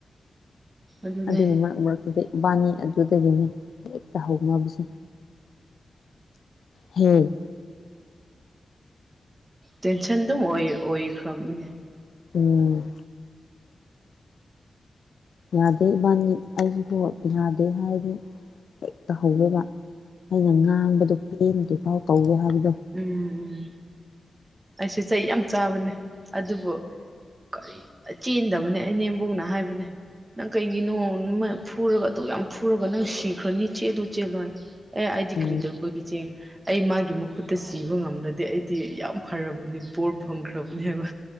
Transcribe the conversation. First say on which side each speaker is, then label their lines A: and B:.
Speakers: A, on the right (about 35°); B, on the left (about 75°).
A: ꯑꯗꯨꯅꯦ
B: ꯑꯗꯨꯒꯤ ꯃꯔꯛ ꯃꯔꯛꯇꯨꯗꯥ ꯏꯕꯥꯅꯤ ꯑꯗꯨꯗꯥꯒꯤꯅꯤ ꯍꯦꯛꯇꯥ ꯍꯧꯅꯕꯁꯦ ꯍꯦ
A: ꯇꯦꯟꯁꯟ ꯑꯗꯨꯝ ꯑꯣꯏ ꯑꯣꯏꯈ꯭ꯔꯕꯅꯦ
B: ꯎꯝ ꯌꯥꯗꯦ ꯏꯕꯥꯅꯤ ꯑꯩꯁꯨꯀꯣ ꯌꯥꯗꯦ ꯍꯥꯏꯔꯗꯤ ꯍꯦꯛꯇꯥ ꯍꯧꯋꯦꯕ ꯑꯩꯅ ꯉꯥꯡꯕꯗꯣ ꯄꯦꯟꯗꯔꯤꯐꯥꯎ ꯀꯧꯒꯦ ꯍꯥꯏꯕꯗꯣ
A: ꯎꯝ ꯎꯝ ꯑꯩꯁꯨ ꯆꯩ ꯌꯥꯝ ꯆꯥꯕꯅꯦ ꯑꯗꯨꯕꯨ ꯀꯔꯤ ꯆꯦꯟꯗꯥꯕꯅꯦ ꯏꯅꯦꯝꯕꯣꯛꯅ ꯍꯥꯏꯕꯅꯦ ꯅꯪ ꯀꯩꯒꯤꯅꯣ ꯐꯨꯔꯒꯥ ꯑꯗꯨ ꯌꯥꯝ ꯐꯨꯔꯒꯥ ꯅꯪ ꯁꯤꯈ꯭ꯔꯅꯤ ꯆꯦꯜꯂꯨ ꯆꯦꯜꯂꯣ ꯍꯥꯏ ꯑꯦ ꯑꯩꯗꯤ
B: ꯎꯝ
A: ꯀꯔꯤ ꯇꯧꯕ ꯏꯆꯦ ꯑꯩ ꯃꯥꯒꯤ ꯃꯈꯨꯠꯇꯥ ꯁꯤꯕ ꯉꯝꯂꯗꯤ ꯑꯩꯗꯤ ꯌꯥꯝ ꯐꯔꯕꯅꯤ ꯕꯣꯔ ꯐꯪꯈ꯭ꯔꯕꯅꯦꯕ